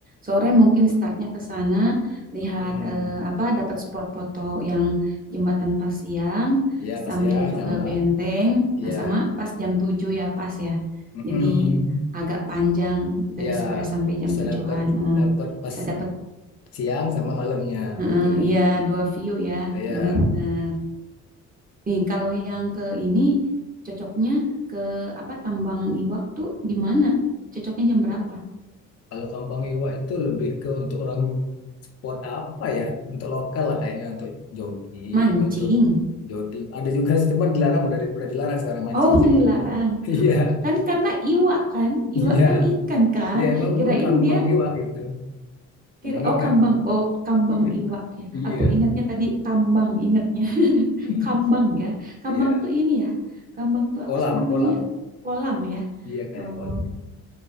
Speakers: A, on the right; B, on the left.
A: Sore mungkin startnya ke sana, lihat
B: Mm-mm.
A: eh, apa dapat spot foto yang jembatan pas siang,
B: Ya pasti
A: sambil
B: ya
A: juga
B: tambah
A: benteng.
B: ya
A: Nah, sama pas jam 7 ya, pas ya.
B: mm-mm.
A: Jadi agak panjang dari
B: Ya
A: sore sampai jam
B: bisa
A: 7-an.
B: dapat dapat
A: Hmm,
B: pas
A: bisa dapat
B: siang sama malamnya
A: Heeh,
B: fotonya.
A: iya dua view ya,
B: Oh, ya
A: benar-benar. Nih, kalau yang ke ini cocoknya ke apa Tambang Iwak tuh di mana? Cocoknya jam berapa?
B: Kalau kambang iwa itu lebih ke untuk orang sport apa ya? Untuk lokal lah kayaknya untuk jogging,
A: Mancing.
B: untuk jogging. Ada juga sih, cuman dilarang udah di- udah dilarang sekarang mancing
A: Oh, udah
B: di situ.
A: dilarang.
B: <laughs> Iya,
A: Kan karena iwa kan, iwa
B: iya.
A: kan ikan kan.
B: Iya emang
A: Kirain
B: emang kambang
A: dia
B: iwa gitu.
A: kira
B: Kambang
A: oh
B: ikan.
A: kambang. Oh, kambang
B: Iya,
A: iwa ya.
B: iya.
A: Aku ingatnya tadi tambang ingatnya. <laughs>
B: <laughs>
A: Kambang ya. Kambang
B: Iya,
A: tuh ini ya. Kambang tuh
B: kolam,
A: apa sih namanya?
B: kolam.
A: Kolam ya.
B: Iya kayak
A: Oh,
B: kolam. <laughs>